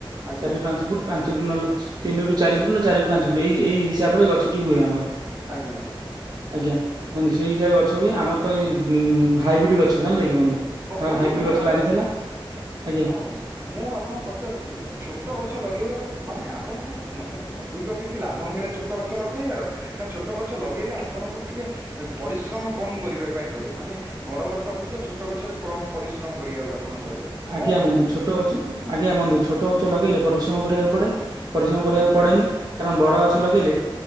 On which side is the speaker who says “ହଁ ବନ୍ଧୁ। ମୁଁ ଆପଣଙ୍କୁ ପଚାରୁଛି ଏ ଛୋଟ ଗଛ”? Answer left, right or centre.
Right